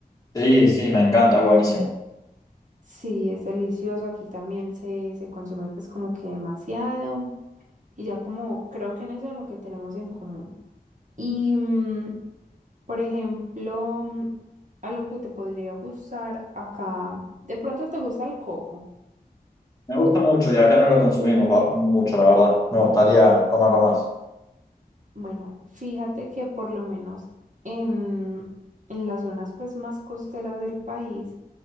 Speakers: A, on the left; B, on the right.
A: Sí, sí, me encanta, es buenísimo.
B: Sí, es delicioso. Aquí también se, se consume pues como que demasiado. Y ya como creo que en eso es lo que tenemos en común. Y mm, por ejemplo, mm, algo que te podría gustar acá. De pronto te gusta el coco.
A: Me gusta mucho y acá no lo consumimos va- mucho, la verdad. Me gustaría comerlo más.
B: Bueno, fíjate que por lo menos en, en las zonas pues más costeras del país,